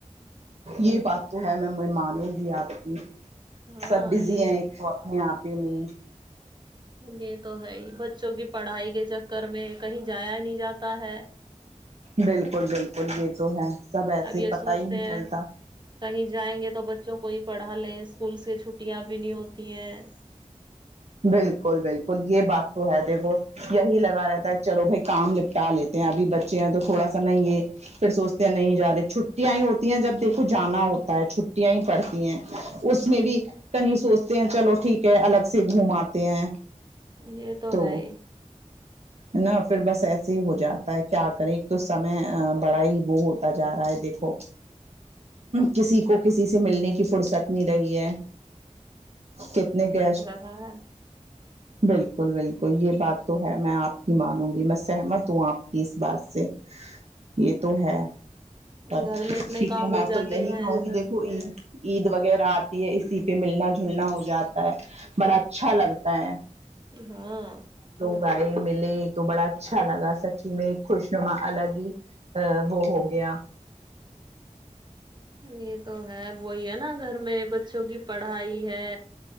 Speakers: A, on the right; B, on the right.
A: یہ بات تو ہے میں مانوں گی جی آپ کی
B: ہاں
A: سب بزی
B: یہی
A: ہیں ایک وقت یہاں پہ میں
B: یہ تو ہے ہی بچوں کی پڑھائی کے چکر میں کہیں جایا ہی نہیں جاتا ہے
A: بالکل بالکل یہ تو ہے سب ایسے
B: اب یہ
A: پتا
B: سوچتے
A: ہی نہیں
B: ہیں
A: چلتا
B: کہیں جائیں گے تو بچوں کو ہی پڑھا لیں اسکول سے چھٹیاں بھی نہیں ہوتی دیں
A: بالکل بالکل یہ بات تو ہے دیکھو یہی لگا رہتا ہے چلو بھائی کام نپٹا لیتے ہیں ابھی بچے تو تھوڑا سا نہیں ہے پھر سوچتے ہیں نہیں جا رہے چھٹیا ہی ہوتی ہیں جب دیکھو جانا ہوتا ہے چھٹیاں ہی پڑتی ہیں اس میں بھی کہیں سوچتے ہیں چلو ٹھیک ہے الگ سے سے گھوماتے ہیں
B: یہ
A: تو
B: ہے ہی
A: نہ پھر بس ایسے ہی ہو جاتا ہے کیا کریں ایک تو سمے بڑا ہی وہ ہوتا جا رہا ہے دیکھو کسی کو کسی سے ملنے کی فرصت نہیں رہی ہے کتنے گیس
B: ہاں ہاں
A: بالکل بالکل یہ بات تو ہے میں آپ کی مانوں گی میں سہمت ہوں آپ کی اس بات سے یہ تو ہے س
B: گھر میں اتنے
A: ٹھیک
B: کام
A: ہے میں
B: ہو جاتے
A: تو یہی کہوں
B: ہیں
A: گی دیکھو عید عید وغیرہ آتی ہے اسی پہ ملنا جلنا ہو جاتا ہے بڑا اچھا لگتا ہے
B: ہاں
A: گائے ملے تو بڑا اچھا لگا سچی میں خوش نما الگ ہی وہ ہو گیا
B: ہ تو ہے وہی ہے نا گھر میں بچوں کی پڑھائی ہے